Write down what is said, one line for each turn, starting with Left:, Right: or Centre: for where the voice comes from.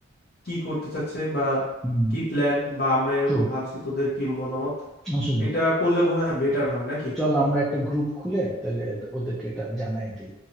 Left: কি করতে চাচ্ছে বা
Centre: হুম
Left: কি প্ল্যান বা আমরা এরকম
Centre: ট্রু
Left: ভাবছি তোদের কি মতামত
Centre: আসলে
Left: এটা করলে মনে হয় বেটার হয় নাকি
Centre: চল আমরা একটা গ্রুপ খুলে তাহলে ওদেরকে এটা জানাই দিই